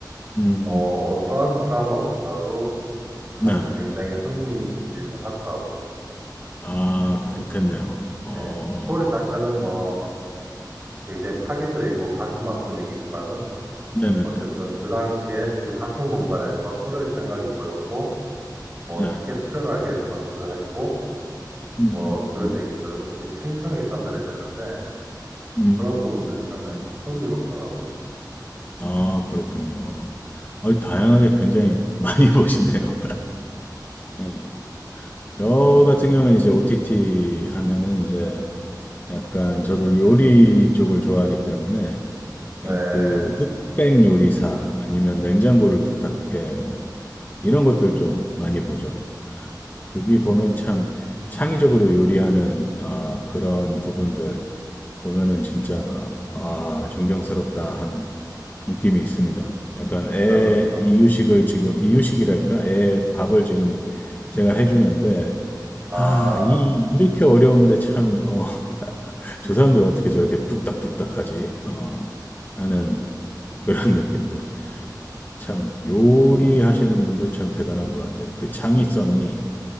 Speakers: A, on the left; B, on the right.
A: 음,
B: 어, 어떠한 드라마보다도
A: 네.
B: 사실 굉장히 흥미진진하더라고요.
A: 아, 그렇겠네요. 어,
B: 네, 스토리 자체는 뭐 굉장히 파괴적이고 가슴 아픈 얘기지만은
A: 네네네.
B: 어쨌든 그 당시에 그 같은 공간에서 서로의 생각이 뭐였고 뭐
A: 네.
B: 어떻게 치열하게 전투를 했고
A: 음,
B: 뭐 그런
A: 음,
B: 얘기들 우리 생생하게 전달이 되는데
A: 음.
B: 그런 부분들이 상당히 흥미롭더라고요.
A: 아, 그렇군요. 어, 다양하게 굉장히 많이 <laughs> 보시네요. 어. 저 같은 경우에 이제 OTT 하면은 이제 약간 저도 요리 쪽을 좋아하기 때문에
B: 네,
A: 예, 그 흑백 요리사 아니면 냉장고를 부탁해 뭐 이런 것들 좀 많이 보죠. 거기 보면 참 창의적으로 요리하는 아, 그런 부분들 보면은 진짜 아, 존경스럽다 하는 느낌이 있습니다. 약간 애
B: 그렇죠.
A: 이유식을 지금 이유식이랄까? 애 밥을 지금 제가 해주는데
B: 아,
A: 아, 이 이렇게 어려운데 참 어, <laughs> 저 사람들 어떻게 저렇게 뚝딱뚝딱 하지? 어, 하는 그런 <laughs> 느낌들. 참 요리하시는 분들 참 대단한 것 같아요. 그 창의성이